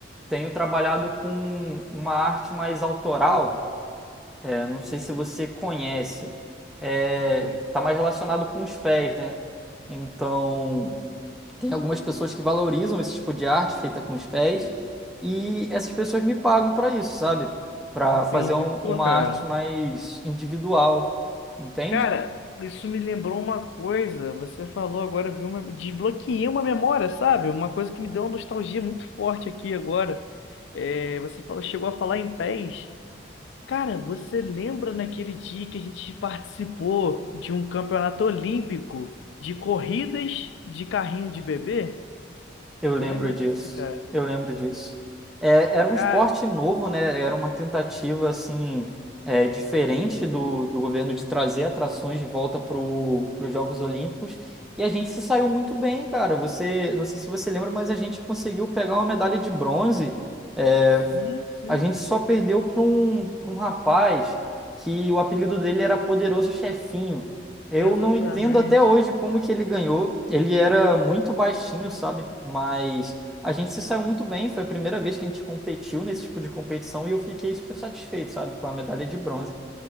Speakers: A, in the centre; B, on the left.
A: tenho trabalhado com uma arte mais autoral, é, não sei se você conhece, é,
B: Sim.
A: tá mais relacionado com os pés, né? Então. Tem algumas pessoas que valorizam esse tipo de arte feita com os pés e essas pessoas me pagam para isso, sabe? Para
B: Entendi.
A: fazer um- uma
B: Pô, cara.
A: arte mais individual, entende?
B: Cara, isso me lembrou uma coisa. Você falou agora, viu? uma- Desbloqueei uma memória, sabe? Uma coisa que me deu uma nostalgia muito forte aqui agora. É, você falou, chegou a falar em pés. Cara, você lembra naquele dia que a gente participou de um campeonato olímpico de corridas de carrinho de bebê?
A: Eu lembro
B: Você lembra
A: disso.
B: disso, cara?
A: Eu lembro disso. É, era um
B: Cara,
A: esporte novo, né? Era uma tentativa assim é, diferente do, do governo de trazer atrações de volta para os Jogos Olímpicos. E a gente se saiu muito bem, cara. Você, não sei se você lembra, mas a gente conseguiu pegar uma medalha de bronze. É,
B: sim, sim,
A: a gente só perdeu para um, para um rapaz que o apelido dele era Poderoso Chefinho. Eu
B: exatamente.
A: não entendo até hoje como que ele ganhou. Ele era
B: No-
A: muito baixinho, sabe? Mas a gente se saiu muito bem. Foi a primeira vez que a gente competiu nesse tipo de competição e eu fiquei super satisfeito, sabe? Com a medalha de bronze.